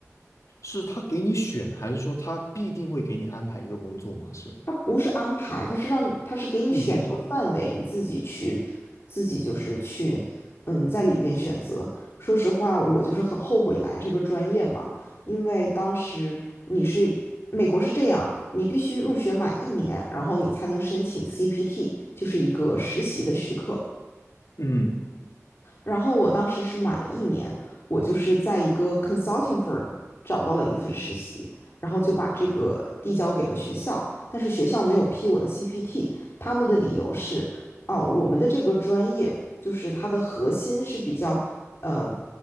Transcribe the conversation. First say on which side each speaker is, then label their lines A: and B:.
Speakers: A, on the left (about 80°); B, on the left (about 55°).
A: 是他给你选，还是说他必定会给你安排一个工作嘛？是，
B: 它不是安排，它是让它是给你选一个范围，
A: 你去找。
B: 你自己去，自己就是去，嗯，在里边选择。说实话，我就是很后悔来这个专业嘛，因为当时你是美国是这样，你必须入学满一年，然后你才能申请 CPT，就是一个实习的许可。
A: 嗯，
B: 然后我当时是满了一年，我就是在一个 consulting firm 找到了一份实习，然后就把这个递交给了学校，但是学校没有批我的 CPT，他们的理由是，哦，我们的这个专业就是它的核心是比较，嗯、